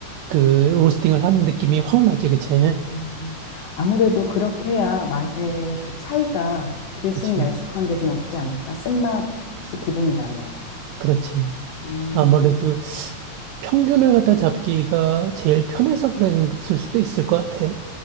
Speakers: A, on the right; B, on the left.
A: 그 로스팅을 하는 느낌이 확 나지, 그치?
B: 음, 아무래도 그렇게 해야 맛의 그 차이가 들쑥날쑥한
A: 그치?
B: 게 좀 없지 않을까? 쓴맛이 기본이라면.
A: 그렇지.
B: 음,
A: 아무래도 평균을 갖다 잡기가 제일 편해서 그랬을 수도 있을 것 같아.